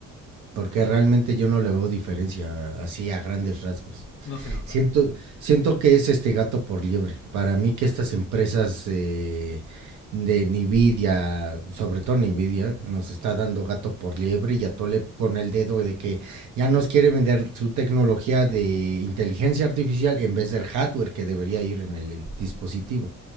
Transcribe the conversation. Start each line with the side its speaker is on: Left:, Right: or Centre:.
Right: porque realmente yo no le veo diferencia así a grandes rasgos.
Left: No se nota.
Right: Siento, siento que es este gato por liebre. Para mí
Left: Ok.
Right: que estas empresas eh, de Nvidia, sobre todo Nvidia, nos está dando gato por liebre y atole con el dedo de que ya nos quiere vender su tecnología de inteligencia artificial en vez del hardware que debería ir en el dispositivo.